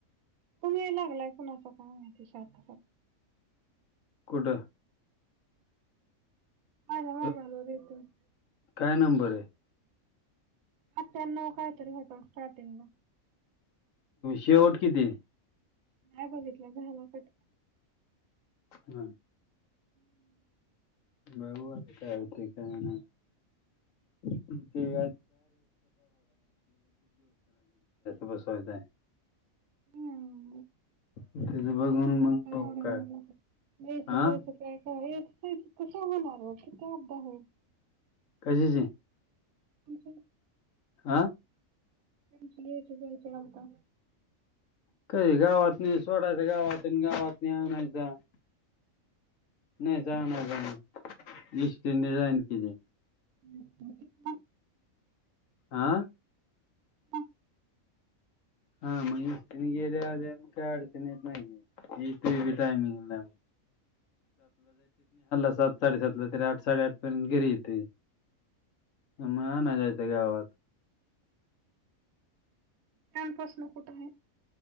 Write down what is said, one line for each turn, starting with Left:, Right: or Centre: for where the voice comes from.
Right: तुम्ही ये लागलाय कुणाचा फोन <unintelligible>
Left: कुड?
Right: <unintelligible>
Left: त- काय नंबर ए?
Right: आठ्ठयाणव काय तरी होता स्टार्टिंगला.
Left: शेवट किती?
Right: नाही बघितलं. <unintelligible>
Left: हम्.
Right: हम्म.
Left: बघू आता काय होतय? काय नाही? <unintelligible> असं बसवायचं आहे.
Right: हम.
Left: <unintelligible>
Right: एवढा
Left: काय
Right: लागला <unintelligible>
Left: हा कशाचे?
Right: कुठे?
Left: हा?
Right: रिप्ले असेल बघ याच्यानन्तर.
Left: काही गावात नेई सोडायच्या. गावातुन गावात <unintelligible> नाही <unintelligible> एस टी ने जाईन कि मी.
Right: हम्.
Left: आं?
Right: मग.
Left: हा. म्हणजे <unintelligible> काही अडचणी येत नाहीये. <unintelligible> टायमिंग नाही. <unintelligible> साडेसातला. तरी आठ साडेआठ पर्यंत घरी येतंय. मग <unintelligible> गावात.
Right: काल पासनं कुठं <unintelligible>